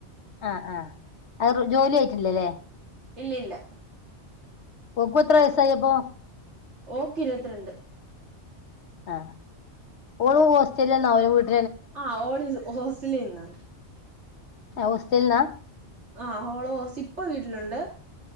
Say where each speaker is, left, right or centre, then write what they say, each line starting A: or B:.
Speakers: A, on the left; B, on the right.
A: അ ആ അവറ് ജോലി ആയിട്ടില്ലല്ലേ
B: ഇല്ലില്ല
A: ഓക്കു എത്ര വയസായെപ്പോ
B: ഓക്കെ ഇരുപത്തിരണ്ട്
A: ആ ഓരോ ഹോസ്റ്റലീന്ന് അവരെ വിട്
B: ആ ഓളീ ഹോസറ്റലീന്നാ
A: ആ ഹോസ്റ്റൽലാ
B: ആ ഓള് ഹോസ്റ്റ ഇപ്പ വീട്ടിലുണ്ട്